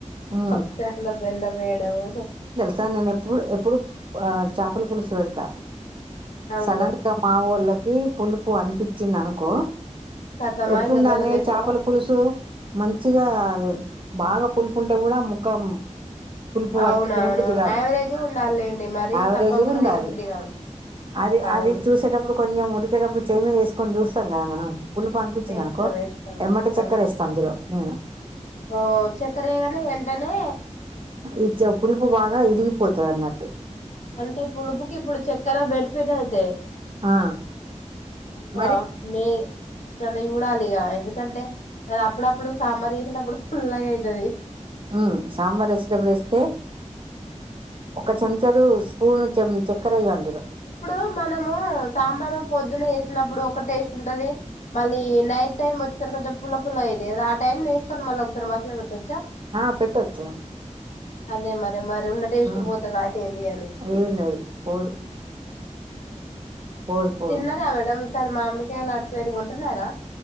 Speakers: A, on the right (about 45°); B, on the left (about 70°).
A: ఉమ్.
B: పప్పుచార్ల బెల్లం వేయడం
A: సా నేనెప్పుడు ఎప్పుడు ప ఆ చాపల పులుసు పెడతా
B: అవును
A: సడన్ గా మావోల్లక్ పులుపు అనిపిచ్చిందనుకో
B: కథమా
A: ఎట్లుండాలే
B: ఇంక బెల్లం వేస్తారా
A: చాపల పులుసు మంచిగా బాగా పులుపుంటే కూడా ముఖం పులుపు
B: అవునవును
A: పట్టి తినబుద్ధిగాదు
B: యావరేజ్ ఉండాలిలేండి మరీ
A: యావరేజ్గుండాలి.
B: సప్పకుండా తినబుద్ధి కాదు
A: అది
B: అవును
A: అది చూసేటప్పుడు కొంచెం ఉడికేటప్పుడు చెయి మీదేస్ కొన్ని చూస్తాం కదా మనం పుల్లుపనిపించిందనుకో
B: వేస్తాం వేస్తాం
A: ఎమ్మటే
B: ఆ
A: చెక్కరేస్త అందులో అ <inaudible>
B: ఓ చెక్కరేయాగానే వెంటనే
A: ఇచ్చ పులుపు బాగా ఇరిగిపోతదన్నట్టు
B: అంటే పులుపుకి ఇప్పుడు చెక్కర బెనిఫిట్ అయితే
A: ఆ
B: బ
A: మరి
B: నే అప్పుడల్ల చూడాలిగ ఎందుకంటే అది అప్పుడప్పుడు సాంబార్ చేసినప్పుడు పుల్లగయితది
A: ఉమ్ సాంబార్ చేసెటప్పుడు వేస్తే ఒక చెంచడు స్పూన్ చెం చెక్కరెయ్యాలి
B: ఇప్పుడు మనము సాంబారు పొద్ ద్దున చేసినప్పుడు ఒక టేస్ట్ ఉంటది. మళ్ళీ నైట్ టైం వచ్చేసరి కొంచెం పుల్ల పుల్లగైద్ది కదా ఆ టైం ల వేసుకొని మళ్ళొకసారి మసలపెట్టొ
A: ఆ పెట్టొచ్చు
B: అదే మర్ మరె ఉన్న టేస్ట్
A: ఉమ్
B: పోతదా ఏంది అని
A: ఏం లేదు పోదు
B: ఆ <inaudible>
A: పోదు పోదు
B: తిన్నరా మేడం ఈసారి మామిడికాయలు అటు సైడ్ కొంటున్నారా